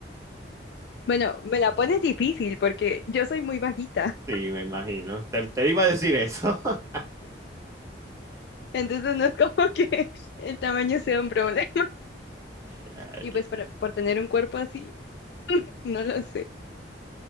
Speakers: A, on the left (about 60°); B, on the right (about 15°).
A: Bueno, me la pones difícil porque yo soy muy bajita,
B: Sí, me imagino. Te, te iba a decir eso. <laughs>
A: <laughs> entonces no es como que <laughs> el tamaño sea un problema. <laughs>
B: Ya,
A: Y
B: ya.
A: pues para- por tener un cuerpo así, <laughs> no lo sé.